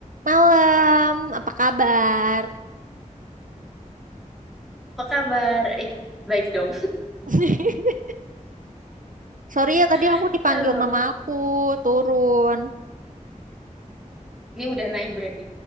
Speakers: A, on the right; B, in the centre.
A: Malam, apa kabar?
B: Apa kabar? Eh, baik dong.
A: <laughs> Sorry ya, tadi aku
B: <laughs>
A: dipanggil
B: Halo.
A: mama aku turun.
B: Ini udah naik berarti.